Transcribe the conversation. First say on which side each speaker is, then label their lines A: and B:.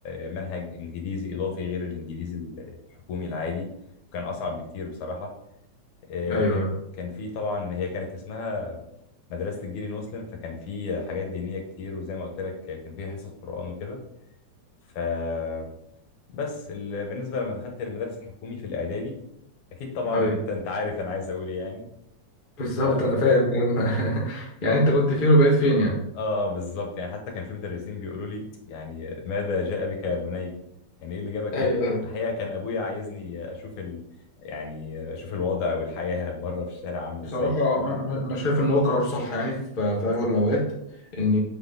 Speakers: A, on the left; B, on the left.
A: آه، منهج انجليزي اضافي غير الانجليزي الحكومي العادي كان اصعب بكتير بصراحه آه،
B: ايوه
A: كان كان في طبعا هي كانت اسمها مدرسة الجيل المسلم فكان في حاجات دينية كتير وزي ما قلت لك كان في حصص قرآن وكده فبس ال... بالنسبة لما دخلت المدرسة الحكومي في الإعدادي أكيد طبعا
B: ايوه
A: أنت أنت عارف أنا عايز أقول إيه يعني
B: بالظبط
A: ف... آه
B: انا فاهم فاهم. <laughs> يعني انت كنت فين وبقيت فين يعني
A: آه بالظبط يعني حتى كان في مدرسين بيقولوا لي يعني ماذا جاء بك يا بني يعني إيه اللي جابك
B: ايوه
A: هنا
B: ايوه
A: الحقيقة كان أبويا عايزني أشوف ال... يعني أشوف الوضع والحياة <laughs> بره في الشارع عامل
B: بصراحة
A: إزاي
B: أنا أنا شايف إن هو قرار صح يعني في في أغلب الأوقات إن